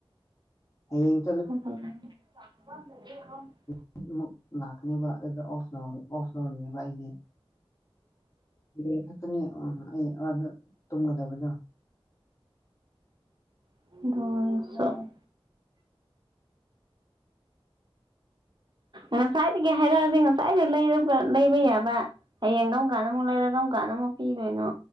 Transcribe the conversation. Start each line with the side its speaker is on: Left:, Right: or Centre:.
Left: ꯍꯌꯤꯡ
Right: <unintelligible>
Left: <unintelligible> ꯂꯥꯛꯀꯅꯦꯕ ꯑꯗ ꯑꯣꯐ ꯂꯧꯔ ꯑꯣꯐ ꯂꯧꯔꯅꯦꯕ ꯑꯩꯗꯤ <unintelligible> ꯈꯛꯇꯅꯤ ꯑ ꯑꯩ ꯑꯥꯗ ꯇꯨꯝꯒꯗꯕꯗꯣ
Right: <unintelligible>
Left: ꯑꯣ
Right: ꯉꯁꯥꯏꯗꯒꯤ ꯍꯥꯏꯔꯛꯑꯗꯤ ꯉꯁꯥꯏꯗꯩ ꯂꯩꯕ ꯂꯩꯕ ꯌꯥꯕ ꯍꯌꯦꯡ ꯒꯝ ꯀꯥꯟꯗ ꯃꯨꯛ ꯂꯩꯔ ꯀꯝ ꯀꯥꯟꯗ ꯃꯨꯛ ꯄꯤꯗꯣꯏꯅꯣ